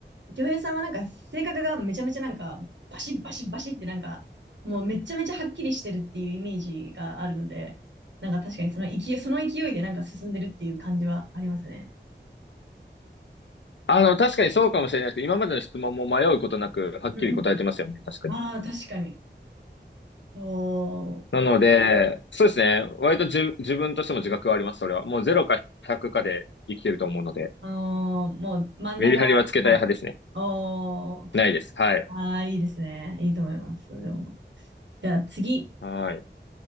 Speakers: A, on the right (about 75°); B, on the left (about 75°).
A: ー、京平さんはなんか性格がめちゃめちゃなんか、バシッバシッバシッってなんか、もうめちゃめちゃはっきりしてるっていうイメージがあるので、なんか確かにその勢い、その勢いでなんか進んでるっていう感じはありますね。
B: あの、確かにそうかもしれないですけど、今までの質問も迷うことなく、はっきり答えてますよね。
A: うんうん
B: 確かに。
A: ああ、確かに。そう。
B: なので、そうですね。割とじ自分としても自覚はあります、それは。もうゼロか100かで生きてると思うので、
A: あのーもう真ん中はない。
B: メリハリはつけたい派ですね。
A: おー、
B: ないです。はい。
A: ああ、いいですね。いいと思います。でも。じゃあ次。
B: はい。